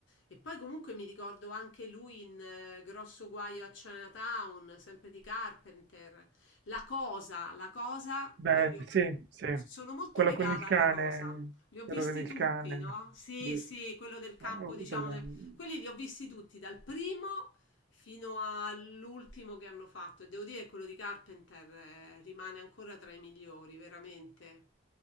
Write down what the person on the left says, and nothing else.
E poi comunque mi ricordo anche lui in eh, Grosso Guaio a Chinatown, sempre di Carpenter. La cosa, la cosa,
io li ho-
sono molto
legata
alla cosa. Li ho
visti
tutti,
no? Sì,
sì, quello del campo,
diciamo,
del- quelli li ho visti tutti, dal primo fino all'ultimo che hanno fatto. E devo dire che quello di Carpenter, eh, rimane ancora tra i migliori, veramente.